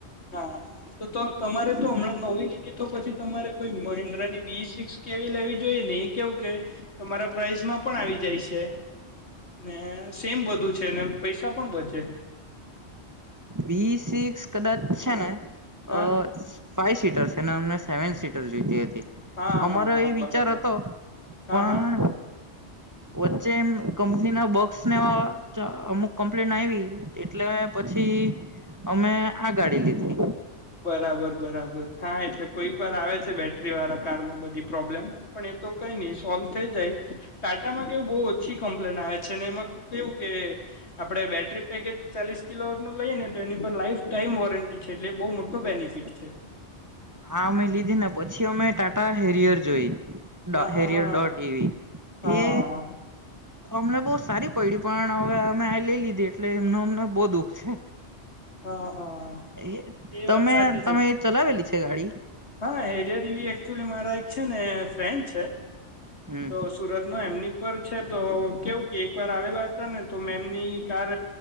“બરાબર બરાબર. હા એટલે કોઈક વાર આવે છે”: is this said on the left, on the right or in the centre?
Left